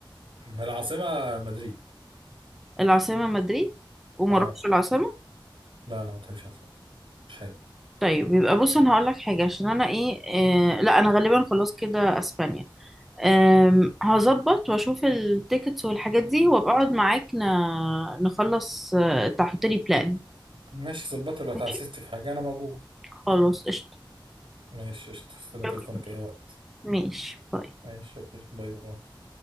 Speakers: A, on the right; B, in the centre.
A: العاصمة مدريد
B: العاصمة مدريد وما
A: اه
B: اروحش العاصمة
A: لا لا ما تروحيش عاصمة مش حلو
B: طيب يبقى بص انا هقول لك حاجة عشان انا ايه, إيه لا انا غالبا خلاص كده اسبانيا أم، هظبط واشوف التيكتس والحاجات دي وابقى اقعد معاك ن... نخلص آه، تحط لي بلان
A: ماشي ظبطي لو تعسست
B: ماشي
A: في حاجة انا موجود
B: خلاص قشطة
A: ماشي قشطة. استنى تليفونك
B: شكرا
A: اي وقت
B: ماشي باي
A: ماشي اوكي باي باي